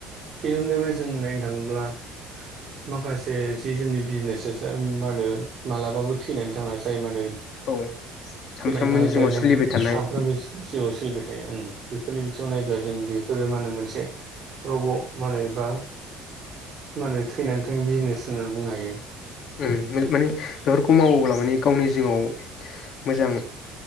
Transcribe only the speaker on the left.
औ। सानफ्रोमबोनि
जिउआव
सोलिबाय थानाय
ओम माने बेफोरखौ मावोब्ला माने गावनि जिउआव मोजां